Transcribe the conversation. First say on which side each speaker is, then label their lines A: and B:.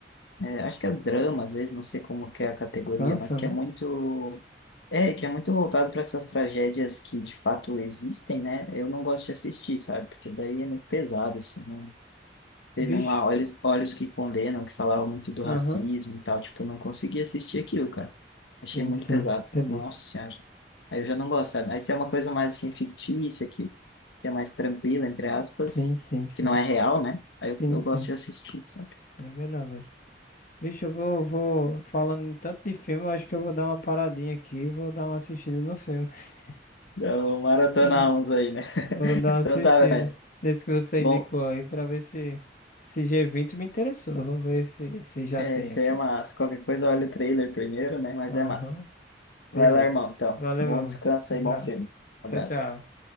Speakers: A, on the left; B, on the left.
A: É, acho que é drama, às vezes, não sei como que é a categoria,
B: Cansa,
A: mas que
B: né?
A: é muito. É, que é muito voltado para essas tragédias que de fato existem, né? Eu não gosto de assistir, sabe? Porque daí é muito pesado, assim. Não... Teve
B: Bicho.
A: um lá, Olhos, Olhos que Condenam, que falava muito do
B: Aham.
A: racismo e tal. Tipo, eu não consegui assistir aquilo, cara. Achei
B: Sim,
A: muito
B: sim.
A: pesado.
B: Entendi.
A: Nossa Senhora. Aí eu já não gosto, sabe? Aí se é uma coisa mais, assim, fictícia, que, que é mais tranquila, entre aspas,
B: Sim, sim, sim.
A: que não é real, né? Aí eu,
B: Sim,
A: eu
B: sim.
A: gosto de assistir, sabe?
B: Era melhor, velho. Vixe, eu vou, vou falando em tanto de filme, eu acho que eu vou dar uma paradinha aqui, e vou dar uma assistida no filme. <laughs>
A: Eu maratonamos
B: Vou
A: aí, né? <laughs>
B: vou dar
A: Então
B: uma assistida
A: tá, velho.
B: nesse que você
A: Bom,
B: indicou aí pra ver se esse g vinte me interessou. Vou ver se, se já
A: é,
B: tem
A: isso
B: aqui.
A: aí é massa. Qualquer coisa, olha o trailer primeiro, né? Mas
B: Aham,
A: é massa. Vai
B: beleza.
A: lá, irmão, então.
B: Valeu,
A: Bom descanso
B: meu. Um
A: aí,
B: abraço.
A: bom filme. Abraço.
B: Tchau, tchau.